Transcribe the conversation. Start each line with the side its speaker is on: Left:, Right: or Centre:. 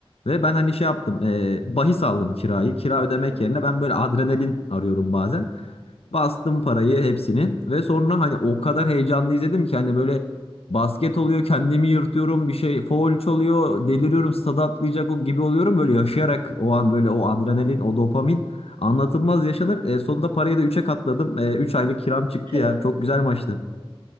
Left: Ve ben hani şey yaptım e, bahis aldım kirayı. Kira ödemek
Right: Hı hı.
Left: yerine ben böyle adrenalin arıyorum bazen. Bastım parayı hepsini ve sonra hani o kadar heyecanlı izledim ki hani böyle basket oluyor kendimi yırtıyorum bir şey foul çalıyor deliriyorum stada atlayacak o gibi oluyorum böyle yaşayarak o an böyle o adrenalin o dopamin anlatılmaz yaşanır. E, sonunda parayı da üçe katladım. E, üç aylık kiram çıktı
Right: <laughs>
Left: ya çok güzel maçtı.